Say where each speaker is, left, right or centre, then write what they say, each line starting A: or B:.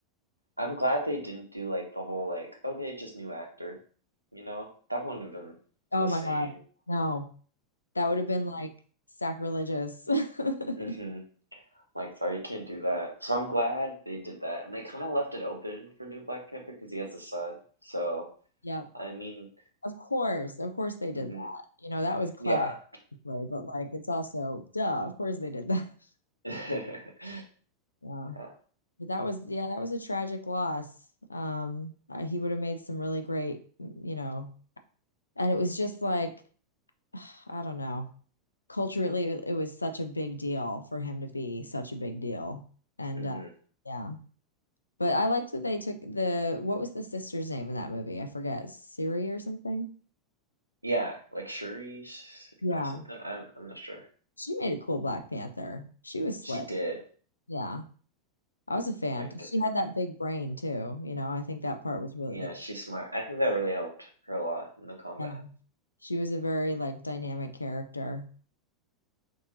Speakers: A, on the right; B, on the left.
A: I'm glad they didn't do like the whole like, okay, just new actor. You know, that wouldn't have been
B: Oh
A: the
B: my
A: same.
B: God. No. That would have been
A: Mm-hmm.
B: like sacrilegious. <laughs>
A: Mm-hmm. Like, sorry, you can't do that. So I'm glad they did that. And they kind of left it open for new Black Panther because he has a son. So,
B: Yep.
A: I mean,
B: Of course, of course they did
A: mhm.
B: that. You know, that was clever,
A: yeah.
B: basically, but like it's also duh, of course they did that. <laughs>
A: <laughs>
B: Yeah.
A: Yeah.
B: But that was yeah, that was a tragic loss. Um, uh, he would have made some really great, mm, you know, and it was just like <sighs> I don't know. Culturally, it it was such a big deal for him to be such a big deal. And
A: hmm
B: uh, yeah. But I liked that they took the what was the sister's name in that movie? I forget. Siri or something?
A: Yeah, like Shuri sh-
B: Yeah.
A: or something. I'm, I'm not sure.
B: She made a cool Black Panther. She was slick.
A: She did.
B: Yeah. I was a fan
A: I liked
B: because
A: her
B: she
A: character.
B: had that big brain too. You know, I think that part was really
A: Yeah,
B: like,
A: she's smart. I think that really helped her a lot in the combat.
B: yeah, she was a very like dynamic character.